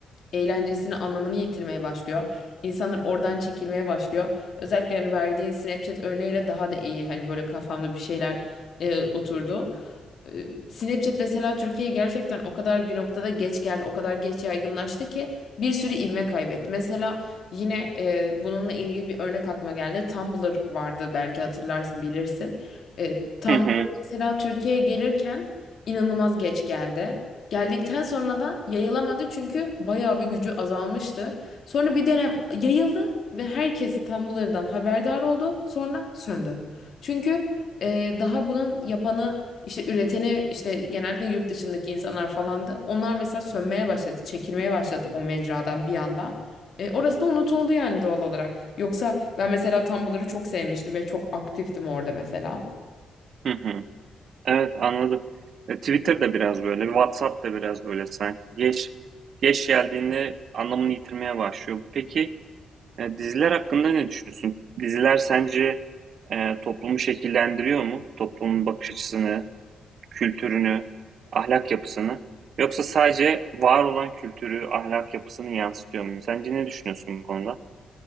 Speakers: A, on the left; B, on the right.
A: eğlencesini anlamını yitirmeye başlıyor. İnsanlar oradan çekilmeye başlıyor. Özellikle yani verdiğin Snapchat örneğiyle daha da iyi hani böyle kafamda bir şeyler e, oturdu. E, Snapchat mesela Türkiye'ye gerçekten o kadar bir noktada geç geldi, o kadar geç yaygınlaştı ki bir sürü ivme kaybetti. Mesela yine e, bununla ilgili bir örnek aklıma geldi. Tumblr vardı belki hatırlarsın, bilirsin. E, Tumblr
B: Hı hı,
A: mesela Türkiye'ye gelirken inanılmaz geç geldi. Geldikten sonra da yayılamadı çünkü bayağı bir gücü azalmıştı. Sonra bir dönem yayıldı ve herkes Tumblr'dan haberdar oldu. Sonra söndü. Çünkü e, daha bunun yapanı işte üreteni işte genellikle yurt dışındaki insanlar falandı. Onlar mesela sönmeye başladı, çekilmeye başladı o mecradan bir anda. E, orası da unutuldu yani doğal olarak. Yoksa ben mesela Tumblr'ı çok sevmiştim ve çok aktiftim orada mesela.
B: hı hı. Evet anladım. E, Twitter da biraz böyle, WhatsApp da biraz böyle sanki. Geç geç geldiğinde anlamını yitirmeye başlıyor. Peki E, diziler hakkında ne düşünüyorsun? Diziler sence e, toplumu şekillendiriyor mu? Toplumun bakış açısını, kültürünü, ahlak yapısını yoksa sadece var olan kültürü, ahlak yapısını yansıtıyor mu? Sence ne düşünüyorsun bu konuda?